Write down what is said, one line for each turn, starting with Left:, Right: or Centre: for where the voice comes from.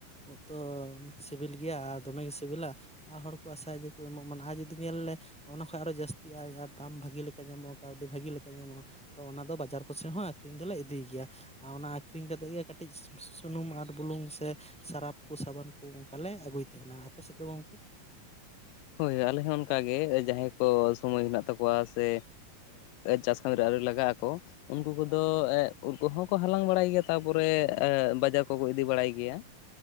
Centre: ᱩᱛᱩ ᱛᱚ ᱥᱤᱵᱤᱞ ᱜᱮᱭᱟ ᱟᱨ ᱫᱚᱢᱮ ᱜᱮ ᱥᱤᱵᱤᱞᱟ ᱟᱨ ᱦᱚᱲ ᱠᱚ ᱟᱥᱟ ᱡᱮ ᱠᱚ ᱮᱢᱚᱜ ᱢᱟ ᱟᱨ ᱡᱩᱫᱤ ᱧᱮᱞ ᱞᱮ ᱚᱱᱟ ᱠᱷᱚᱡ ᱟᱨᱚ ᱡᱟᱹᱥᱛᱤᱜᱼᱟ ᱟᱨ ᱫᱟᱢ ᱵᱷᱟᱹᱜᱤ ᱞᱮᱠᱟ ᱧᱟᱢᱚᱜᱼᱟ ᱠᱟᱹᱣᱰᱤ ᱵᱷᱟᱹᱜᱤ ᱞᱮᱠᱟ ᱧᱟᱢᱚᱜᱼᱟ᱾ ᱛᱚ ᱚᱱᱟ ᱫᱚ ᱵᱟᱡᱟᱨ ᱠᱚᱥᱮ ᱦᱚᱸ ᱟᱠᱷᱨᱤᱧ ᱫᱚᱞᱮ ᱤᱫᱤᱭ ᱜᱮᱭᱟ, ᱚᱱᱟ ᱟᱠᱷᱨᱤᱧ ᱠᱟᱛᱮᱜ ᱜᱮ ᱠᱟᱹᱴᱤᱡ ᱥᱩᱱᱩᱢ ᱟᱨ ᱵᱩᱞᱩᱝ ᱥᱮ ᱥᱟᱨᱟᱯᱷ ᱠᱩ ᱥᱟᱵᱟᱱ ᱠᱩ ᱚᱱᱠᱟ ᱞᱮ ᱟᱹᱜᱩᱭ ᱛᱟᱦᱮᱱᱟ᱾ ᱟᱯᱮ ᱥᱮᱫ ᱫᱚ ᱜᱚᱝᱠᱮ?
Left: ᱦᱚᱭ ᱟᱞᱮ ᱦᱚᱸ ᱚᱱᱠᱟᱜ ᱜᱮ ᱡᱟᱦᱟᱭ ᱠᱚ ᱥᱚᱢᱚᱭ ᱦᱮᱱᱟᱜ ᱛᱟᱠᱚᱣᱟ ᱥᱮ ᱪᱟᱥ ᱠᱟᱹᱢᱤ ᱨᱮ ᱟᱹᱣᱨᱤ ᱞᱟᱜᱟᱜ ᱟᱠᱚ᱾ ᱩᱱᱠᱩ ᱠᱚᱫᱚ ᱩᱱᱠᱩ ᱦᱚᱸ ᱠᱚ ᱦᱟᱞᱟᱝ ᱵᱟᱲᱟᱭ ᱜᱮᱭᱟ ᱛᱟᱯᱚᱨᱮ ᱵᱟᱡᱟᱨ ᱠᱚᱠᱚ ᱤᱫᱤ ᱵᱟᱲᱟᱭ ᱜᱮᱭᱟ᱾